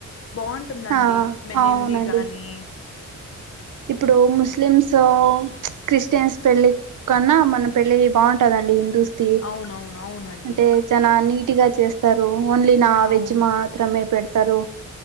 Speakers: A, on the left; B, on the right.
A: బావు టుందండి
B: ఆ
A: మెహందీ
B: అవునండి
A: గాని
B: ఇప్పుడు ముస్లిమ్స్ ఉచ్ క్రిస్టియన్స్ పెళ్ళి కన్నా మన పెళ్ళి బాగుంటదండి హిందూస్ తి
A: అవునవును అవునండి
B: అంటే చానా నీట్ గా చేస్తారు ఓన్లీ నా
A: అవును
B: వెజ్ మాత్ త్రమే పెడతారు